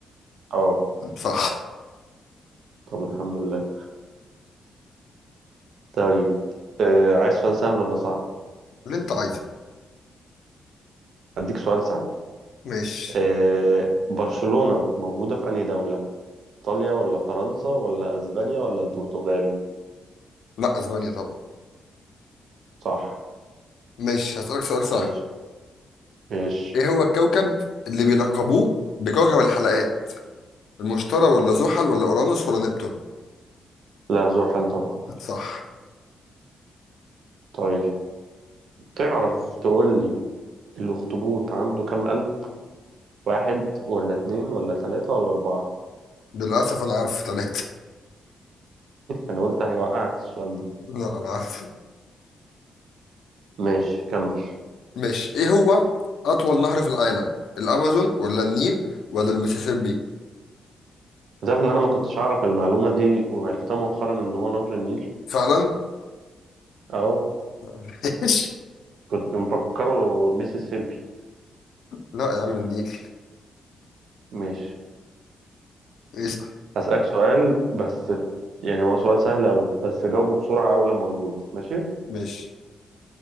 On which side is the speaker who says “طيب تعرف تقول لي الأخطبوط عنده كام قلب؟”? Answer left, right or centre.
Right